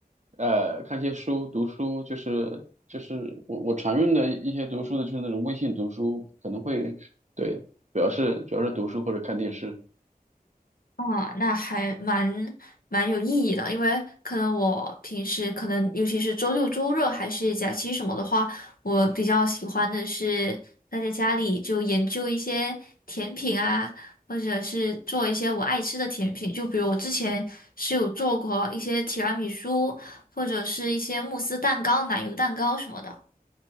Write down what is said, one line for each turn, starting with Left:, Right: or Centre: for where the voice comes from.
Right: 呃看一些书，读书，就是就是我我常用的一些读书的就是那种微信读书，可能会对，主要是主要是读书或者看电视。
Left: 啊，那还蛮蛮有意义的，因为可能我平时可能尤其是周六周日还是假期什么的话，我比较喜欢的是待在家里就研究一些甜品啊，或者是做一些我爱吃的甜品，就比如我之前是有做过一些提拉米苏，或者是一些慕斯蛋糕、奶油蛋糕什么的。